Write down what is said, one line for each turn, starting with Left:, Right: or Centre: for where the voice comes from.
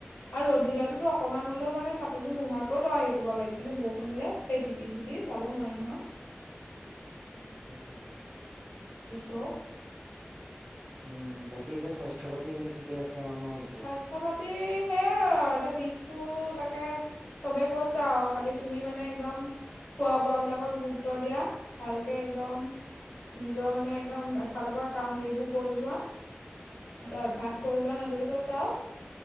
Left: আৰু ৰদ দিলেও ৰ'দটো অকমান হলেও মানে ছাতিটো নোহোৱাকৈ তয় হেৰি কৰিব পাৰিবি কিন্তু বৰষু শুনিলে সেই তিটি তিটি যাব নোৱাৰি নহয়।
Right: উম সেইটোৱেই সেইটোৱে
Left: তো
Right: উম উ উ উ বাকী এতিয়া স্বাস্থ্য পাতি এনে ঠিকে আছে। আৰু ন এতিয়া
Left: স্বাস্থ্য পাতি সেয়া এতিয়া বিষ টো তাকে চবেই কৈছে আৰু খালি তুমি মানে একদম খোৱা বোৱাবিলাকত গুৰুত্ব দিয়া ভালকে একদম নিজৰ মানে একদম এফালৰ পৰা কাম সেইবোৰ কৰি যোৱা সেইটো অভ্যাস
Right: অ অ
Left: কৰি লোৱা হে বুলি কৈছে